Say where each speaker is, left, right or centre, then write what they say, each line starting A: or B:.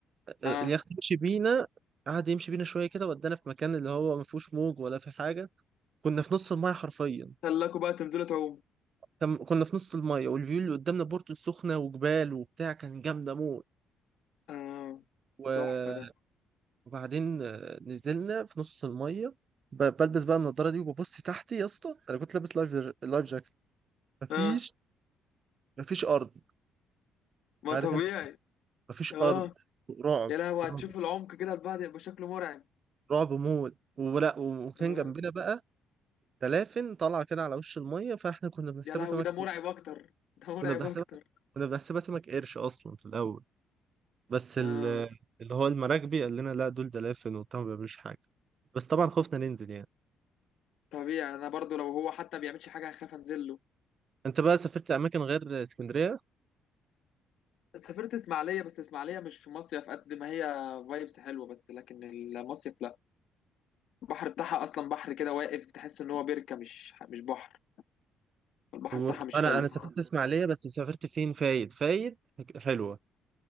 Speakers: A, on the right; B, on the left.
A: اليخت
B: اه
A: يمشي بينا قعد يمشي بينا شويه كده ودانا في مكان اللي هو ما فيهوش موج ولا في حاجه كنا في نص المايه حرفيا
B: خلاكوا بقى تنزلوا تعوم
A: كم- كنا في نص المايه والفيو اللي قدامنا بورتو السخنه وجبال وبتاع كان جامده موت
B: اه
A: و-
B: تحفه ده
A: وبعدين آه، نزلنا في نص المايه ب- بلبس بقى النضاره دي وببص تحتي يا اسطى انا كنت لابس لايف جا- لايف جاكيت مفيش
B: اه
A: مفيش ارض
B: ما
A: عارف
B: طبيعي
A: انت مفيش
B: اه
A: ارض رعب
B: يا لهوي
A: رعب
B: هتشوف العمق كده البعد يبقى شكله مرعب
A: رعب موت ولا وكان
B: آه.
A: جنبنا بقى دلافن طالعه كده على وش الميه فاحنا كنا بنحسبها
B: يا لهوي
A: سمك
B: ده مرعب اكتر ده مرعب
A: كنا بنحسبها
B: اكتر
A: كنا بنحسبها سمك قرش اصلا في الاول بس
B: اه
A: ال- اللي هو المراكبي قال لنا لا دول دلافين وبتاع ما بيعملوش حاجه بس طبعا خفنا ننزل يعني
B: طبيعي انا برضو لو هو حتى ما بيعملش حاجه هخاف انزل له
A: انت بقى سافرت اماكن غير اسكندريه
B: سافرت اسماعيليه بس اسماعيليه مش في مصيف قد ما هي فايبس حلوه بس لكن المصيف لا البحر بتاعها اصلا بحر كده واقف تحس ان هو بركه مش مش بحر البحر
A: و-
B: بتاعها مش
A: انا
B: حلو
A: انا سافرت اسماعيليه بس سافرت فين فايد فايد حلوه